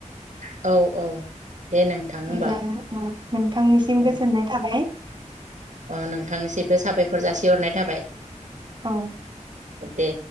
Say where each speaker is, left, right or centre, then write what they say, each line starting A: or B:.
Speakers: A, on the right; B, on the right.
A: औ औ। दे नोंथां होमबा
B: <unintelligible> नोंथांनिसिम
A: औ
B: गोजोननाय थाबाय।
A: अ नोंथांनिसिबो साबायखर जासिहरनाय थाबाय।
B: औ।
A: दे।